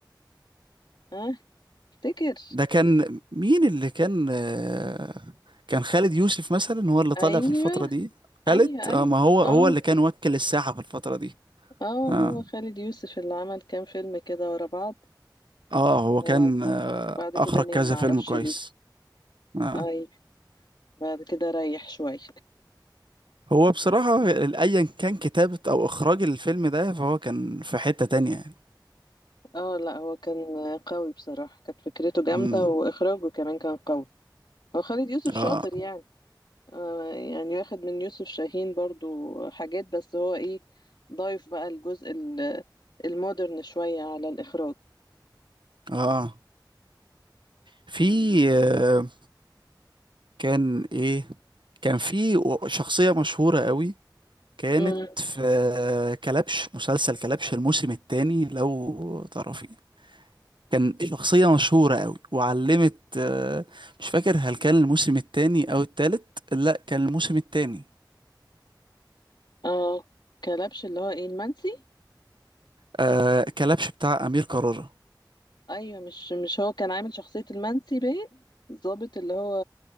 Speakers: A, on the left; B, on the right.
A: ها افتكر
B: ده كان مين اللي كان آه، كان خالد يوسف مثلا هو اللي طالع
A: ايوه
B: في الفترة دي
A: ايوه
B: خالد
A: ايوه
B: اه ما هو
A: اه
B: هو اللي كان وكل الساحة في الفترة دي
A: اه
B: اه
A: هو خالد يوسف اللي عمل كام فيلم كده ورا بعض
B: اه هو
A: آه
B: كان آه،
A: بعد كده
B: اخرج
A: نام
B: كذا
A: معرفش
B: فيلم كويس
A: ليه
B: آه.
A: اي بعد كده ريح شوية
B: هو بصراحة أيا كان كتابة أو إخراج الفيلم ده فهو كان في حتة تانية يعني
A: اه لا هو كان قوي بصراحة كانت فكرته جامدة
B: أمم،
A: واخراجه كمان كان قوي هو خالد يوسف شاطر
B: آه
A: يعني آه يعني واخد من يوسف شاهين برضو حاجات بس هو ايه ضايف بقى الجزء ال- المودرن شوية على الاخراج
B: آه في آه، كان إيه كان في و- شخصية مشهورة قوي كانت
A: امم
B: في آه، كلبش مسلسل كلبش الموسم التاني لو تعرفيه كان شخصية مشهورة قوي وعلمت آه، مش فاكر هل كان الموسم التاني أو التالت لا كان الموسم التاني
A: اه كلبش اللي هو ايه المنسي
B: آه كلبش بتاع أمير كرارة
A: ايوه مش مش هو كان عامل شخصية المنسي باين الضابط اللي هو